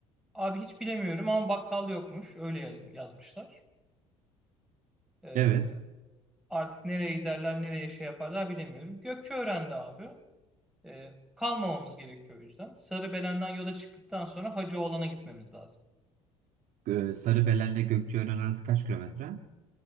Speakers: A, in the centre; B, on the right.
A: Abi hiç bilemiyorum ama bakkal yokmuş. Öyle yaz- yazmışlar. Ee,
B: Evet.
A: artık nereye giderler, nereye şey yaparlar bilemiyorum. Gökçeören'de abi e, kalmamamız gerekiyor o yüzden. Sarıbelen'den yola çıktıktan sonra Hacıoğlan'a gitmemiz lazım.
B: Ee, Sarıbelen'le Gökçeören arası kaç kilometre?